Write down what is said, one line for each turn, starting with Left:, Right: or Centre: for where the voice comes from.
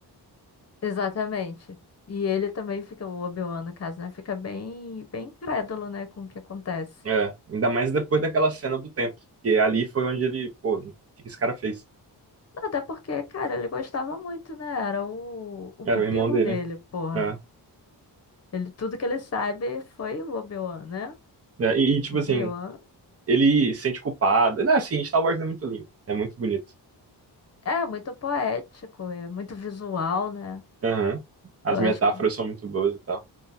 Left: exatamente. E ele também fica, o Obi-Wan, no caso, né? Fica bem, bem incrédulo, né, com o que acontece.
Right: É, ainda mais depois daquela cena do templo porque ali foi onde ele, pô, o que que esse cara fez?
Left: Até porque, cara, ele gostava muito, né? Era o, o
Right: Era
Left: pupilo
Right: o irmão dele,
Left: dele, porra.
Right: né
Left: Ele, tudo que ele sabe foi o Obi-Wan, né?
Right: É, É, e, e, tipo
Left: O Obi-Wan
Right: assim, ele se sente culpado. Não, assim, Star Wars é muito lindo, é muito bonito.
Left: é muito poético, é muito visual, né?
Right: Aham. As
Left: Eu
Right: metáforas
Left: acho que
Right: são muito boas e tal.